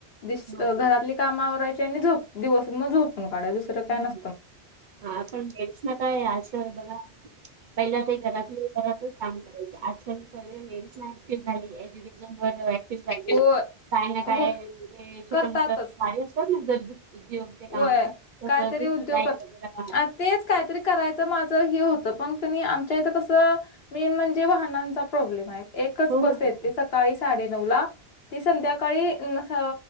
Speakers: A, on the left (about 65°); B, on the right (about 55°).
A: दिस
B: हो
A: अ
B: हो.
A: घरातली कामं आवरायची आणि झोप दिवस मग झोपून काढायचं दुसरं काय
B: हं.
A: नस
B: हा पण लेडीजना काय असं बघा की पहिला ते घरातल घरातच काम करायचं आजकाल सर्व लेडीज ना ऍक्टिव्ह झाली एज्युकेशन वर ऍक्टिव्ह झाली.
A: हो,
B: काय ना काय
A: हो
B: म्हणजे छोटं
A: करतातच.
B: मोठं ते काही असतात ना घरगु उद्योग ते कामच
A: होय.
B: जसं
A: काहीतरी
B: की शिलाई
A: उद्योग कर
B: वगैरा हा
A: आ तेच कायतरी करायचं माझं हे होतं पण कणी आमच्या इथं कसं मेन म्हणजे वाहनांचा प्रॉब्लेम हाय. एकच
B: हो
A: बस
B: हो
A: येते सकाळी साडे नऊला ती संध्या काळी न स